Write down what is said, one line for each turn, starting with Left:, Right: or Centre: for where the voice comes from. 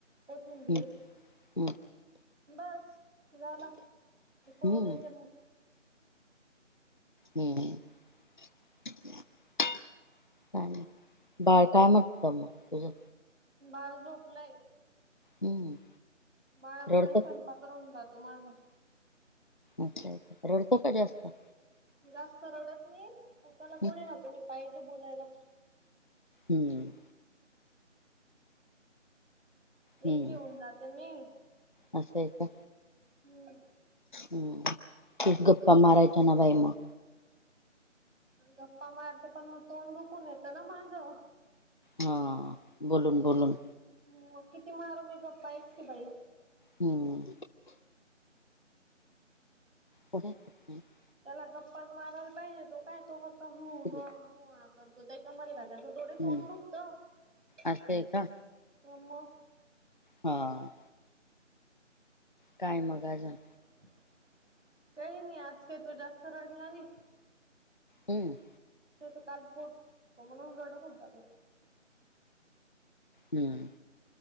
Right: कोथिंबीर
Left: हम्म. हम्म
Right: बस झाला <inaudible> उकळु
Left: हम्म
Right: देते मग.
Left: हम्म <inaudible> काय नाही बाळ काय म्हणत मग तुझं
Right: बाळ झोपलंय.
Left: हम्म
Right: बाळामुळे
Left: रडत
Right: स्वयंपाक राहुन जातो माझा.
Left: अच्छा! रडतो का जास्त?
Right: जास्त रडत नाही. पण त्याला कोणी
Left: हम्म
Right: ना कोणी पाहिजे बोलायला.
Left: हम्म हम्म.
Right: एकटी येऊन जाते मी?
Left: असं आहे का?
Right: हम्म
Left: हम् <inaudible> तुच गप्पा मारायचा ना बाई मग.
Right: गप्पा मारते. पण मग तोंड दुकून येतं ना माझं?
Left: हा बोलून बोलून.
Right: मग किती मारु मी? गप्पा एकटी बाई.
Left: हम पुढ <inaudible>
Right: त्याला गप्पाच मारायला पाहिजे. तो काय तो फक्त हुं
Left: ते?
Right: ह हो हो हा करतो? याच्या मध्ये काय त्याच थोडे तोंड
Left: हम्म
Right: दुखत <inaudible>
Left: असं आहे का
Right: म
Left: हा काय मग आजुन
Right: <inaudible> काही नाही आज काही तो जास्त रडला नाही.
Left: हम
Right: त्याच काल पोट <inaudible> दुखत होत. म्हणून रडत होता तो
Left: हम्म